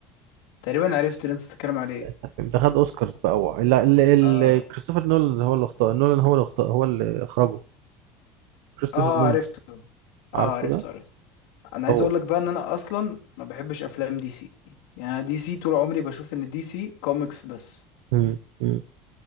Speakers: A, on the left (about 85°); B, on the right (about 80°).
A: تقريبا عرفت اللي انت بتتكلم عليه
B: ال- الفيلم ده خد اوسكارز بقى هو لا ال-
A: اه
B: ال- كريستوفر نولان هو اللي اختار نولان هو اللي اختار هو اللي اخرجه كريستوفر
A: اه
B: نولان
A: عرفته اه
B: عارفه
A: عرفته
B: ده
A: عرفته انا عايز
B: هو
A: اقول لك بقى ان انا اصلا ما بحبش افلام دي سي يعني أنا دي سي طول عمري بشوف ان دي سي كوميكس بس
B: مم. مم.